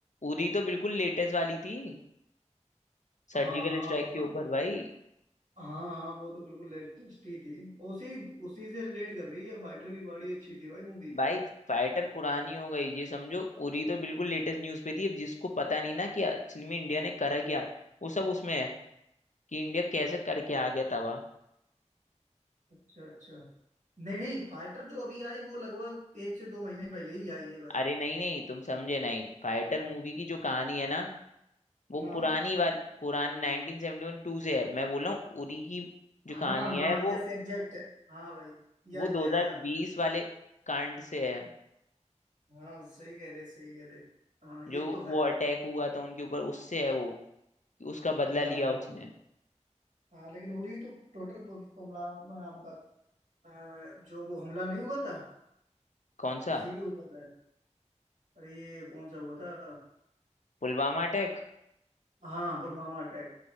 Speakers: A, on the left; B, on the right.
A: उरी तो बिल्कुल लेटेस्ट वाली थी सर्जिकल
B: हाँ हाँ
A: स्ट्राइक के
B: हाँ
A: ऊपर भाई
B: हाँ हाँ वो तो बिल्कुल लेटेस्ट ही थी उसी उसी से रिलेट कर रही है फाइटर भी बड़ी अच्छी थी भाई मूवी
A: भाई फाइटर पुरानी हो गई ये समझो उरी तो बिल्कुल लेटेस्ट न्यूज पे थी अब जिसको पता नहीं ना कि असल में इंडिया ने करा क्या वो सब उसमें है कि इंडिया कैसे करके आ गया तवा
B: अच्छा अच्छा नहीं नहीं फाइटर जो अभी आई वो लगभग एक से दो महीने पहले ही आई है भाई
A: अरे नहीं नहीं तुम समझे नहीं फाइटर मूवी की
B: हम्म।
A: जो कहानी है ना वो
B: हाँ
A: पुरानी वाली पुरानी 1971 टू से है मैं बोल रहा हूँ उरी की जो
B: हाँ
A: कहानी
B: हाँ
A: है वो
B: यस एग्जैक्ट हाँ भाई या
A: वो 2020
B: या या
A: वाले कांड से है
B: हाँ सही कह रहे सही कह रहे हाँ ये
A: जो
B: तो है
A: वो अटैक हुआ था उनके ऊपर उससे है वो कि उसका बदला
B: हाँ
A: लिया
B: हाँ हाँ
A: उसने
B: हाँ लेकिन उरी तो टोटल पुमला नाम का अ, जो वो हमला नहीं हुआ था
A: कौन
B: उसी
A: सा
B: के ऊपर है अरे ये कौन सा हुआ था
A: पुलवामा अटैक
B: हाँ पुलवामा अटैक